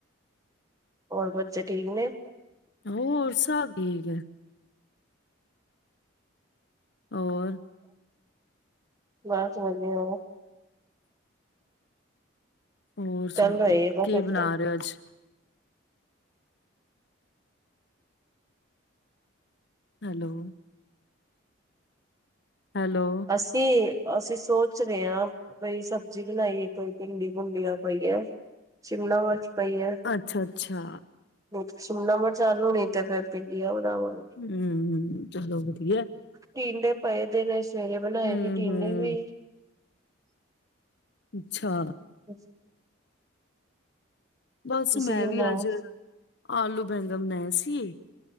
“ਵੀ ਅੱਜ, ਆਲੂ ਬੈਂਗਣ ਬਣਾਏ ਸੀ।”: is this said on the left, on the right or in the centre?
Left